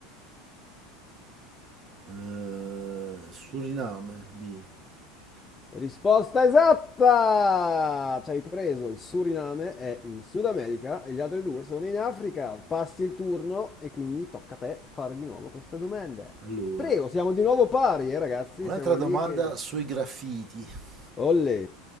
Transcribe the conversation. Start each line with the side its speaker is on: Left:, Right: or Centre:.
Right: Eh, Suriname B.
Left: Risposta esatta! Ci hai preso, il Suriname è in Sud America e gli altri due sono in Africa. Passi il turno e quindi tocca a te fare di nuovo questa domanda.
Right: Allora,
Left: Prego, siamo di nuovo pari, eh ragazzi,
Right: un'altra
Left: siamo
Right: domanda
Left: lì che...
Right: sui graffiti.
Left: Olle!